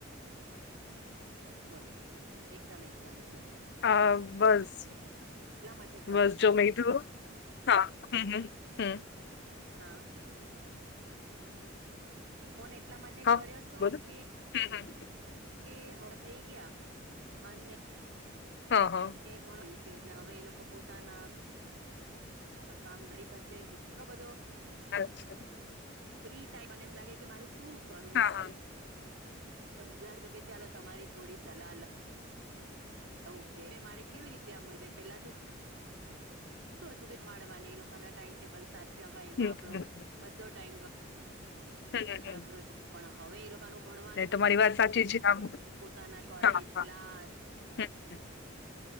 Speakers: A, on the right; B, on the left.
A: બોલોબર એકદમ એકદમ સરસ
B: હા બસ
A: એટલા માટે કર્યો
B: બસ
A: હતો
B: જો મે તો. હા. હમ્મ. હમ્મ. હમ.
A: હા ફોન એટલા માટે
B: હા
A: કર્યો તો
B: બોલો
A: કે
B: હમ હમ
A: એ હવા થઈ ગયા અને
B: હા હા
A: ભણ્યું છે એટલે હવે એ લોકો પોતાના આ કામ દરી પસે એટલો બધો
B: અચ્છા
A: ફ્રી ટાઈમ મને એમ લાગે કે મારે શું કરવું
B: હા,
A: એ
B: હા.
A: સમજાતું કે ચાલો તમારી થોડી સલાહ લ ઓકે, કે મારે કેવી રીતે આમ એટલે પેલા તો શું હતું કે, માડવા ને એ લોકોના ટાઈમ-ટેબલ સાચવા એમાં
B: હમ
A: આપડો
B: હમ
A: બધો ટાઈમ ગ
B: હમ હમ હમ.
A: અણખરોજ. પણ હવે એ લો તાનું ભણવાનું,
B: એ તમારી વાત સાચી છે આમ
A: પોતાના કોલેજ,
B: હા હા
A: ક્લાસ
B: હમ હમ